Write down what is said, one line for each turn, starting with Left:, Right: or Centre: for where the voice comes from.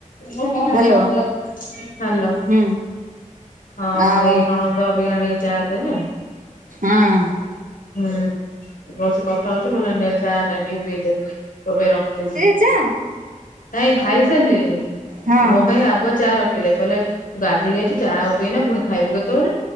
Left: ମୋର ମନେ
Right: ହ୍ୟାଲୋ।
Left: ନଥିଲା ହାଲୋ। ହଁ
Right: ହୁଁ। ଆଉ
Left: ଏଇ ନଣନ୍ଦ ଅବିକା ଆଣିକି ଚାହା ଦେଲେଣି।
Right: ହୁଁ।
Left: ହୁଁ ବସି କଥା ହଉଚି କହିଲା ନେ ଚା ନେ ଟିକେ ପି ଦେ ତୋ ପାଇଁ ରଖିଚି।
Right: ଯା
Left: ନାଇଁ ଖାଇସାରଲେଇଁ
Right: ହଁ
Left: ମୋ ପାଇଁ ଆଗୁଆ ଚା ରଥିଲେ। କହିଲେ ଗାଧେଇକି ଆଇଚୁ ଚା ଆଉ ପିଇନା ଫୁଣି ଖାଇବୁ କେତୋଳେ